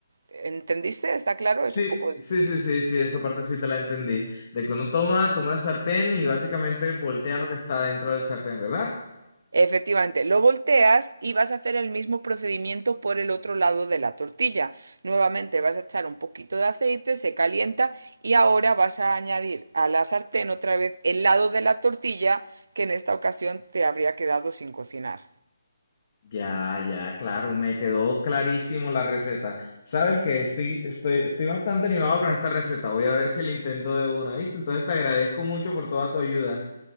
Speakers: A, on the right; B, on the left.
A: ¿Entendiste? ¿Está claro?
B: Sí,
A: Es un poco difícil.
B: sí, sí, sí, sí, esa parte sí te la entendí. De que uno toma, toma el sartén y básicamente voltea lo que está dentro del sartén, ¿verdad?
A: Efectivamente, lo volteas y vas a hacer el mismo procedimiento por el otro lado de la tortilla. Nuevamente vas a echar un poquito de aceite, se calienta y ahora vas a añadir a la sartén otra vez el lado de la tortilla que en esta ocasión te habría quedado sin cocinar.
B: Ya, ya, claro, me quedó clarísimo la receta. Sabes que estoy, estoy, estoy bastante animado con esta receta. Voy a ver si la intento de una, ¿viste? Entonces te agradezco mucho por toda tu ayuda.